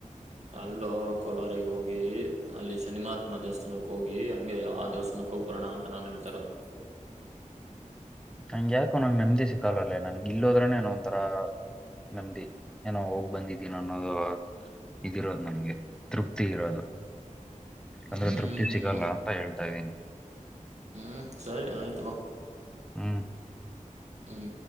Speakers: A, on the right; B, in the centre.
A: ಅಲ್ಲೋ ಕೊಲಾರಗ ಹೋಗ ಹಿ ಅಲ್ಲಿ ಶನಿಮಾತ್ಮ ದೇವಸ್ಥಾನಕ್ ಹೋಗಿ ಹಂಗೆ ಆ ದೇವಸ್ಥಾನಕ್ಕೆ ಹೋಗ್ಬರೋಣ ಅಂತ ನಾನ್ ಹೇಳ್ತಿರೋದು
B: ನಂಗ ಯಾಕೋ ನಂಗೆ ನೆಮ್ದಿ ಸಿಕ್ಕಲ್ಲಲ್ಲೇ ನನ್ಗೆ ಇಲ್ಲೋದ್ರನೆ ಒಂಥರಾ ನೆಮದಿ ಏನೋ ಹೋಗ್ ಬಂದಿದ್ದೀನ ಅನ್ನೋದು ಇದಿರೋದು ನನ್ಗೆ ತೃಪ್ತಿ ಇರೋದು
A: ಹ್ಮ್
B: ಅಂದ್ರೆ ತೃಪ್ತಿ ಸಿಗಲ್ಲ ಅಂತ ಹೇಳ್ತಾ ಇದ್ದೀನಿ
A: ಹ್ಮ್ ಸರಿ ಆಯ್ತು ಬಾ
B: ಹ್ಮ್
A: ಹ್ಮ್